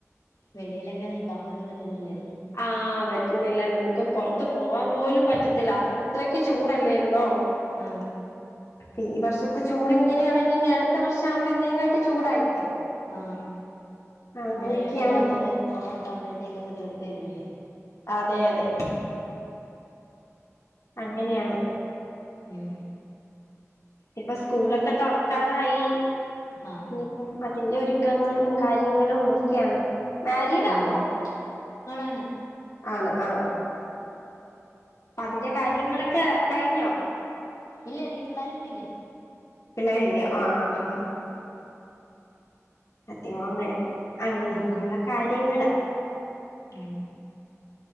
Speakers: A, on the left; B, on the left.
A: വെളിയിലൊക്കെ നിൽക്കാൻ പോലും പറ്റത്തില്ല-
B: ആ വറ്റ പറ്റുന്നില്ല നമുക്ക് പുറത്ത് പോവാൻ പോലും പറ്റത്തില്ല അത്രക്ക് ചൂടല്ലരുന്നോ
A: ആഹ്
B: അപ്പൊ ഈ വർഷത്തെ ചൂട് ഇങ്ങനെയാണെങ്കി ഇനി അടുത്ത വർഷം ആകുമ്പോ ഇതിനേംകാട്ടി ചൂടായിരിക്കും
A: ആഹ്
B: അങ്ങനെയൊക്കെയാണിപ്പോ
A: മഴയുടെ എല്ലാം കൂടെ ഓണം ക്കുമ്പോഴത്തേക്ക്അങ്ങ് തീർത്ത് തരുല്ലേ
B: അതെ അതെ അങ്ങനെയാണ്
A: ഉം
B: ഇപ്പൊ സ്കൂളൊക്കെ തുറക്കാറായി <inaudible>
A: ആഹ്
B: ഇനീപം അതിന്റെ ഒരുക്കങ്ങളും കാര്യങ്ങളും ഒക്കെയാണ് മാരിഡാന്നോ
A: ഉം ആണാണ്
B: ആന്ന്ആ അതിന്റെ കാര്യങ്ങളൊക്കെ കഴിഞ്ഞോ
A: ഇല്ല നിക്ക് പിള്ളോരൊന്നും ഇല്ല
B: പിള്ളേരി ഇല്ലേ ആ ആ ആ അതെയോ അങ്ങനെ അങ്ങനെയൊക്കെയുള്ള
A: ഉം
B: കാര്യങ്ങൾ
A: ഉം